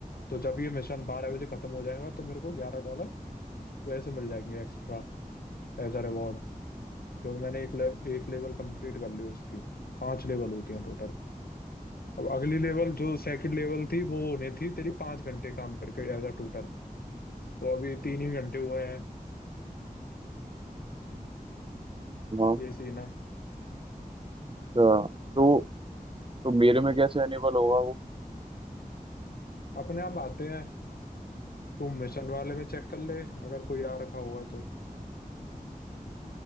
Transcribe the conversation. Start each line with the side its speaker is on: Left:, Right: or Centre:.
Left: तो जब ये मिशन बारह बजे खत्म हो जाएगा तो मेरे को ग्यारह डॉलर वैसे मिल जाएंगे एक्स्ट्रा एज अ रिवॉर्ड क्योंकि मैंने एक लेवल एक लेवल कंप्लीट कर ली उसकी पांच लेवल होती हैं टोटल अब अगली लेवल जो सेकंड लेवल थी वो होने थी तेरी पांच घंटे काम करके एज अ टोटल तो अभी तीन ही घंटे हुए हैं
Right: हाँ
Left: ये सीन है
Right: अच्छा तो तो मेरे में कैसे अनेबल होगा वो
Left: अपने आप आते हैं तुम मिशन वाले में चेक कर ले अगर कोई आ रखा होगा तो